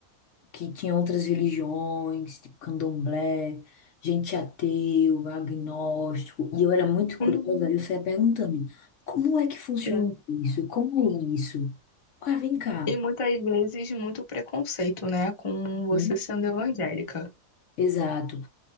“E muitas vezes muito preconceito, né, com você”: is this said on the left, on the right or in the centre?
Left